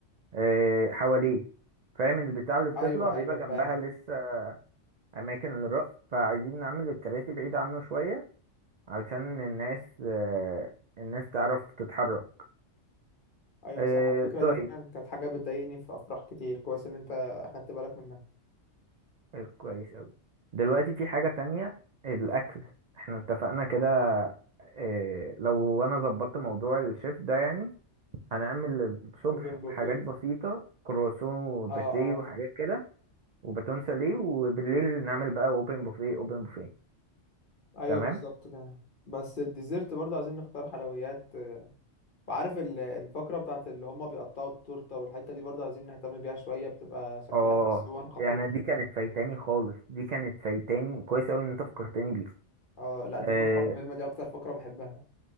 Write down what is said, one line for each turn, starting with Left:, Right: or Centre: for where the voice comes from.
Right: آه، حواليه فاهم البتاع اللي بتطلع
Left: أيوة
Right: بيبقى
Left: أيوة
Right: جنبها
Left: فاهم
Right: لسه أماكن للرقص فعايزين نعمل الكراسي بعيدة عنه شوية علشان الناس آه، الناس تعرف تتحرك
Left: أيوة
Right: آه،
Left: صح الفكرة
Right: طيب
Left: دي فعلا كانت حاجة بتضايقني في أفراح كتير كويس إن أنت أخدت بالك منها
Right: آه، كويس أوي دلوقتي في حاجة تانية الأكل احنا اتفقنا كده آه، لو أنا ظبطت موضوع الشيف ده يعني هنعمل الصبح
Left: أوبن بوفيه
Right: حاجات بسيطة كرواسون وباتيه
Left: أه أه
Right: وحاجات كده وباتون ساليه وبالليل نعمل بقى اوبن بوفيه اوبن بوفيه
Left: أيوة
Right: تمام
Left: بالظبط كده بس الديزرت برضه عايزين نختار حلويات وعارف ال- الفقرة بتاعت اللي هما بيقطعوا التورتة والحتة دي برضه عايزين نهتم بيها شوية بتبقى شكلها
Right: اه
Left: في الصور خطير
Right: يعني دي كانت فايتاني خالص دي كانت فايتاني كويس اوي ان انت فكرتني بيها
Left: أه لأ دي
Right: آه
Left: فقرة مهمة دي أكتر فقرة بحبها